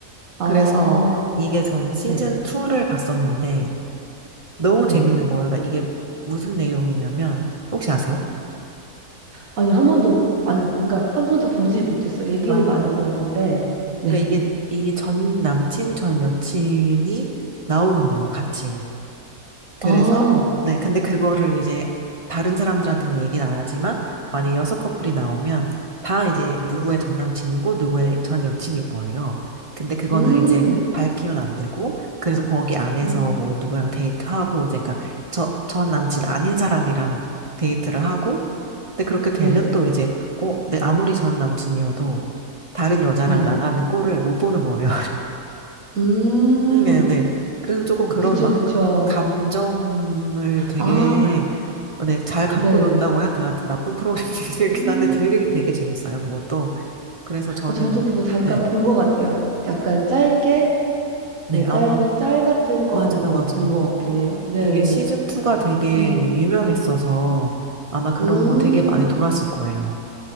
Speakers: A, on the right; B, on the right.
A: 아.
B: 그래서 이게 전 시즌
A: 네.
B: 2를 봤었는데 너무
A: 네.
B: 재밌는 거예요. 그러니까 이게 무슨 내용이냐면 혹시 아세요?
A: 아니 한 번도 안 그러니까 한 번도 보지 못했어요. 얘기는
B: 아,
A: 많이 들었는데 네.
B: 그러니까 이게 이게 전 남친 전 여친이 나오는 거예요, 같이. 그래서,
A: 아.
B: 네, 근데 그거를 이제 다른 사람들한테는 얘기는 안 하지만, 만약에 여섯 커플이 나오면, 다 이제
A: 네.
B: 누구의 전 남친이고, 누구의 전 여친인 거예요. 근데 그거는
A: 음.
B: 이제 밝히면 안 되고, 그래서 거기 안에서
A: 음.
B: 뭐 누구랑 데이트하고, 이제 그러니까 저, 전 남친 아닌 사람이랑 데이트를 하고, 근데 그렇게 되면
A: 네.
B: 또 이제, 어, 내 아무리 전 남친이어도 다른 여자랑
A: 네.
B: 나가는 꼴을 못 보는 거예요.
A: 음.
B: 음, 네, 네. 그래서 조금 그런
A: 그쵸,
B: 막
A: 그쵸.
B: 감정을 되게
A: 아.
B: 어, 네, 잘 갖고
A: 네.
B: 논다고 해야 되나 하여튼 나쁜 프로그램이긴
A: 음.
B: <laughs> 한데 되게 되게 재밌어요 그것도. 그래서 저는
A: 어, 저도 그거 잠깐
B: 네,
A: 본 것 같아요. 약간 짧게,
B: 네
A: 네, 짧은
B: 아마
A: 짤 같은 거
B: 맞아요
A: 한번
B: 맞아요.
A: 본 것 같긴 해요. 네네.
B: 이게 시즌 2가 되게
A: 음,
B: 유명했어서 아마 그런
A: 음,
B: 거 되게 많이 돌았을 거예요.